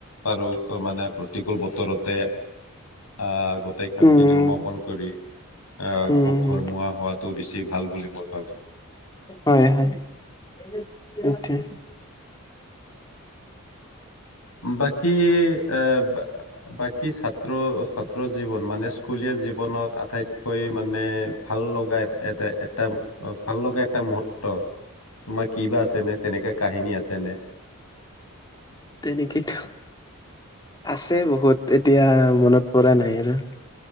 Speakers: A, on the left; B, on the left.
A: পাৰোঁ অ মানে প্ৰতিকূল বতৰতে আ গ টাই কামখিনি
B: উম,
A: সমাপন কৰি আ, আকৌ
B: উম,
A: ঘৰমুৱা হোৱাটো বেছি ভাল বুলি মই ভাবোঁ।
B: হয় হয়, সেইটোৱে।
A: বাকি আ, বাকি ছাত্ৰ ছাত্ৰ জীৱন মানে স্কুলীয়া জীৱনত আটাইতকৈ মানে ভাল লগা এ, এতে এ টা অ' ভাল লগা এটা মুহুৰ্ত, তোমাৰ কিবা আছেনে, তেনেকা কাহিনী আছেনে?
B: তেনেকেতো। আছে বহুত, এতিয়া মনত পৰা নাই আৰু।